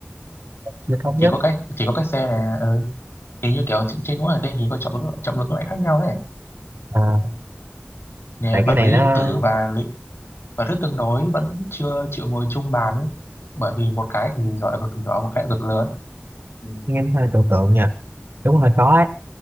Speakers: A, on the right; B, on the left.
A: chưa thống
B: chỉ
A: nhất
B: có cái chỉ có cái C này ừ. thì như kiểu trên trên mỗi hành tinh thì có trọng lực trọng lực nó lại khác nhau đấy
A: À,
B: nè,
A: tại cái
B: vật
A: này
B: lý
A: nó
B: lượng tử và lý, và thuyết tương đối vẫn chưa chịu ngồi chung bàn ấy bởi vì một cái thì gọi là cực nhỏ một cái là cực lớn Ừ.
A: nghe hơi trừu tượng nhỉ. đúng hơi khó ấy